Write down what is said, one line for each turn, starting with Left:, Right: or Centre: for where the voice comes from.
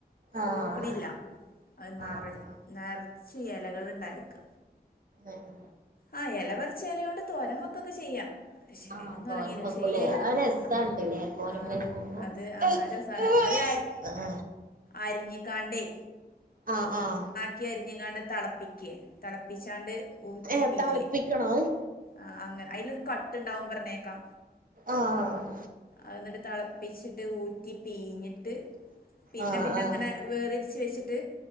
Right: ആഹ്
Left: പൂക്ക്ണില്ല അഹ് നെറ
Right: ആഹ്
Left: നെറച്ച് എലകള്ണ്ടായേക്ക
Right: ഏഹ്
Left: ആഹ് എലപർച്ച് എലയോണ്ട് തോരംവെക്കൊക്കെ ചെയ്യാ ഷേ
Right: ആഹ്
Left: എന്തെന്നറിയൂല
Right: തോരൻ വെക്കൂലേ
Left: പഷേ ഈ ഒരു
Right: അത് രസണ്ട്ല്ലേ
Left: ആഹ്
Right: തോരൻ
Left: ആഹ്
Right: വെക്കുമ്പോ
Left: അത് ആഹ്
Right: ആഹ്
Left: രസാണ് അത് ഞാര് അര്ഞ്ഞിക്കാണ്ടേ
Right: അഹ് ആഹ്
Left: ക്കി അരിഞ്ഞ്ക്കാണ്ട് തളപ്പിക്കേ തളപ്പിച്ചാണ്ട് ഊ ഉറ്റിപ്പീയേ
Right: ഏഹ് തളിപ്പിക്കണോ അത്
Left: ആഹ് അങ്ങനെ അയിലൊരു കട്ട്ണ്ടാവും പറഞ്ഞേക്കാ
Right: ആഹ്ആഹ്
Left: അഹ് ന്ന്ട്ട് തെളപ്പിച്ചിട്ട് ഊറ്റി പീഞ്ഞിട്ട് പിന്നെ
Right: ആഹ്
Left: പിന്നങ്ങനെ
Right: ആഹ്
Left: വേറിര്ച്ച് വെച്ചിട്ട്